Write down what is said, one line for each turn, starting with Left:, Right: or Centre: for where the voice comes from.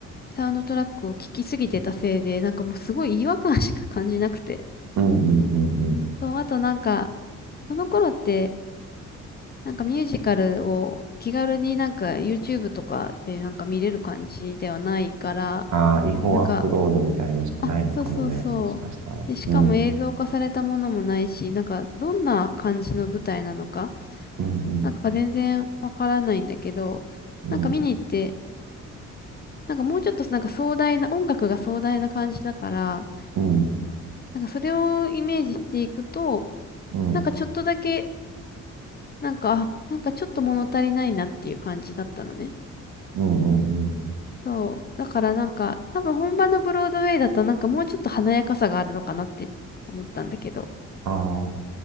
Left: サウンドトラックを聞きすぎてたせいで、なんかもうすごい違和感しか感じなくて。
Right: うん、うん、うん。
Left: そう、あとなんか、その頃って、なんかミュージカルを気軽になんか YouTube とかでなんか見れる感じではないから、
Right: ああ、違法アップロードみたいのしかないのかもね。
Left: なんか、あ、そうそうそう。
Right: もしかしたら。
Left: で、しかも映像化されたものもないし、
Right: うん、
Left: なんかどんな感じの舞台なのか、
Right: うん、うん、
Left: なんか全然わからないんだけど、
Right: うん、
Left: なんか見に行って、なんかもうちょっとなんか壮大な、音楽が壮大な感じだから、
Right: うん、
Left: なんかそれをイメージしていくと、
Right: うん、
Left: なんかちょっとだけ、なんか、あ、なんかちょっと物足りないなっていう感じだったのね。
Right: うん、うん。
Left: そう。だからなんか、多分本場のブロードウェイだとなんかもうちょっと華やかさがあるのかなって思ったんだけど。
Right: ああ、